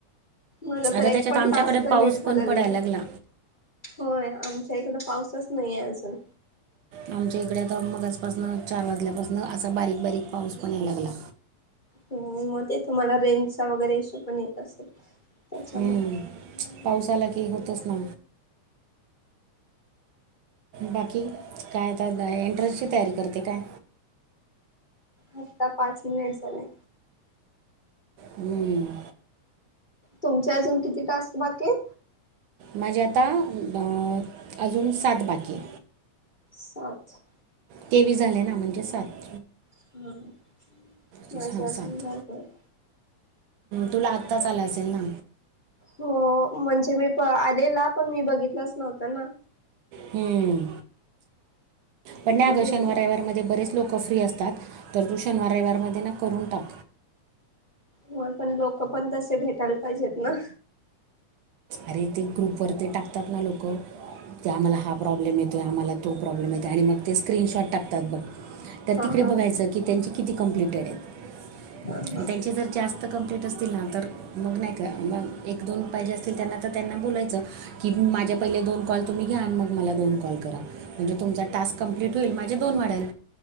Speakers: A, on the left; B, on the right.
A: माझा
B: आता
A: तर एक
B: त्याच्यात
A: पण
B: आमच्याकडे
A: टास्क
B: पाऊस
A: नीट झालेला
B: पण पडाय
A: नाही
B: लागला.
A: होय आमच्या इकड पाऊसच नाहीये अजून.
B: आमच्या इकडे आता मगास पासन चार वाजल्यापासन असा बारीक बारीक पाऊस पण यायला लागला.
A: हो म ते तुम्हाला रेंजचा वगैरे इशू पण येत असेल त्याच्यामुळ
B: हम्म. पाऊस आला की होतच ना बाकी काय तर एंटरनस ची तयारी करते काय?
A: आत्ता पाच मिनिट झाले.
B: हम्म
A: तुमच्या अजून किती टास्क बाकियेत?
B: माझे आता अ अजून सात बाकी ये
A: सात
B: तेवी झाले ना म्हणजे सात
A: <unintelligible>
B: तो सहा
A: अजून
B: सात
A: भरपूर आहेत.
B: तुला आत्ताच आलं असेल ना
A: हो म्हणजे मी प आलेला पण मी बघितलाच नव्हत ना
B: हम्म पण
A: कि किती
B: ह्या दोन
A: ते
B: शनिवाररयवार
A: झाले
B: मध्ये बरेच लोक फ्री असतात तर तू शनिवार रविवारमध्ये ना करून टाक.
A: हो पण लोक पण तसे भेटायला पाहिजेत ना.
B: अरे ते ग्रुपवर ते टाकतात ना लोकं ते आम्हाला हा प्रॉब्लेम येतोय आम्हाला तो प्रॉब्लेम येतो आणि मग ते स्क्रीनशॉट टाकतात बघ तर
A: हा
B: तिकडे
A: हा
B: बघायच की त्यांचे किती कंप्लटेड आहेत
A: हा हा
B: त्यां जर जास्त कंप्लीट असतील ना तर मग नाय करां मग एक दोन पाहिजे अस त्यांना तर त्यांना बोलायचं की माझे पहिले दोन कॉल तुम्ही घ्या मग मला दोन कॉल करा. म्हणजे तुमचा टास्क कंप्लीट होईल माझे दोन वाढल.